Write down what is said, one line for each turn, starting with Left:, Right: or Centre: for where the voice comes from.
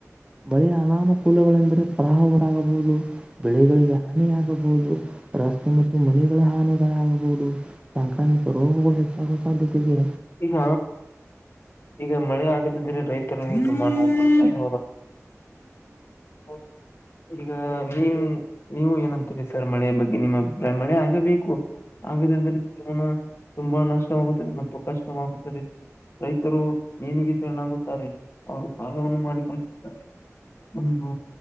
Right: ಮಳೆಯ ಅನಾನುಕೂಲಗಳೆಂದ್ರರೆ ಪ್ರಹರಾಗಬಹುದು. ಬೆಳೆಗಳಿಗೆ ಹಾನಿಿಯಾಗಬಹುದು ರಸ್ತೆ ಮತ್ತು ಮನೆಗಳ ಹಾನಿಗಳಾಗಬಹುದು. ಸಾಂಕ್ರಾಮಿಕ ರೋಗಗಳು ಹೆಚ್ಚಾಗುವ ಸಾಧ್ಯತೆ ಇದೆ.
Left: ಈಗ ಈಗ ಮಳೆ ಆಗದಿದ್ರೆ ರೈತ. <unintelligible> ಹೌ ಈಗ ನೀವು ನೀವು ಏನಂತ. ಸರ್ ಮಳೆ ಬಗ್ಗೆ ನಿಮ್ಮ ಅಭಿಪ್ರಾಯ ಮಳೆ ಆಗಬೇಕು ಆಗದನ. ತುಂಬಾ ನಷ್ಟವಾಗುತ್ತದೆ ಮತ್ತು ಕಷ್ಟವಾಗುತ್ತದೆ. ರೈತರು ನೇನಿಗೆ ಶರಣಾಗುತ್ತಾರೆ ಅವರು ಸಾಲವನ್ನು ಮಾಡಿಕೊಂಡಿರುತ್ತಾರೆ. ಒಂದು